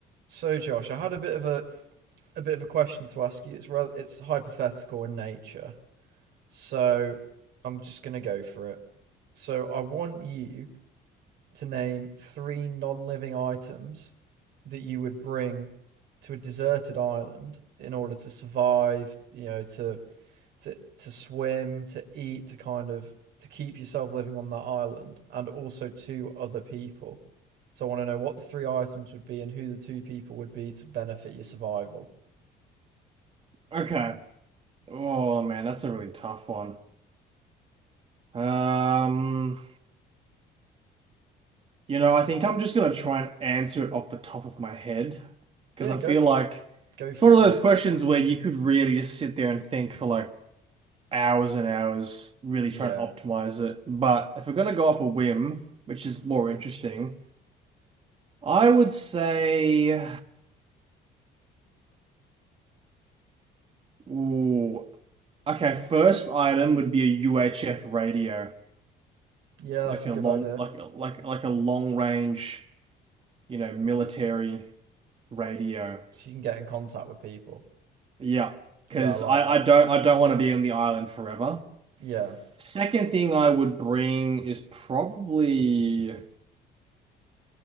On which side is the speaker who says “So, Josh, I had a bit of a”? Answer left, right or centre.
Right